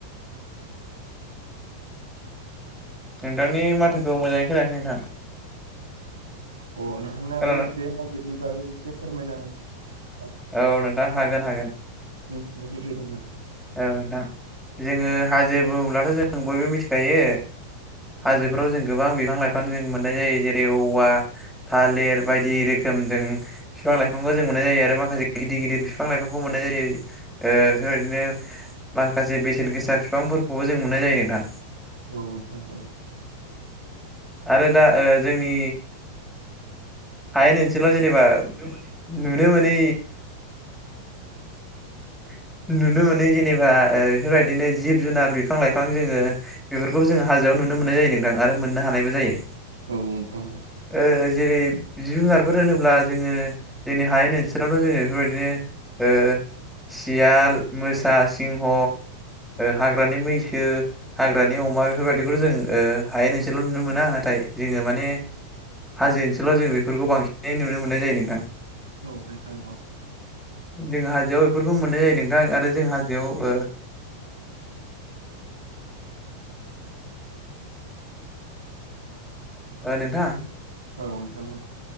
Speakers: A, in the centre; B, on the right.
A: <inaudible> नोंथांनि माथोखौ मोजाङै खोनायाखै नोंथां
B: अ नोंथांनाबो
A: खोनादों
B: बे हाजोदनि बागै एसे फोरमायना होनो हागां
A: औ नोंथां हागोन हागोन
B: मिथिनो लुबैदोंमोन
A: औ नोंथां जोङो
B: औ
A: हाजो बुङोब्लाथ' जों बयबो मिथिखायो हाजोफोराव जों गोबां बिफां लाइफां जों मोननाय जायो जेरै औवा थालिर बायदि रोखोम जों बिफां लाइफांखौ जों मोननाय जायो आरो माखासे गिदिर गिदिर बिफां लाइफांखौ मोननाय जायो बेफोरबायदिनो माखासे बेसेन गोसा बिफांफोरखौबो जों मोननाय जायो नोंथां
B: औ दे
A: आरो दा जोंनि हायेन ओनसोलाव जेनेबा नु मोन नुनो मोनै <inaudible> नुनो मोनो जेनेबा बेफोरबायदिनो जिब जुनार बिफां लाइफां जोङो बेफोरखौ जोङो हाजो आव नुनो मोननाय जायो नोंथां आरो मोननो हानायबो जायो
B: औ नोंथांऔ
A: ओ जेरै जिब जुनारफोर होनोब्ला जोङो जोंनि हायनि ओनसोलावथ' जोङो बेफोरबायदिनो सियाल मोसा सिंह हाग्रानि मैसो हाग्रानि अमा बेफोरबायदिखौ' जों हाय नसेल' नुनो मोना नाथाय जोङो माने हाजो ओनसोलाव जों बेफोरखौ बांसिनै नुनो मोननाय जायो नोंथां
B: औ नोंथां औ
A: जों हाजोआव बेफोरखौ मोननाय जायो नोंथां आरो जों हाजोआव <inaudible> अ नोंथां
B: औ नोंथाङाबो